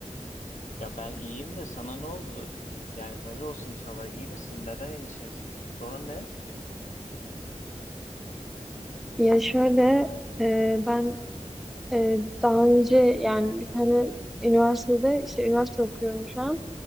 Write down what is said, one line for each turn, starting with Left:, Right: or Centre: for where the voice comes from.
Left: Ya ben iyiyim de sana ne oldu? Yani hayır olsun inşallah. İyi misin? Neden endişelisin? Sorun ne?
Centre: Ya şöyle e, ben e, daha önce yani bir tane üniversitede işte üniversite okuyorum şu an.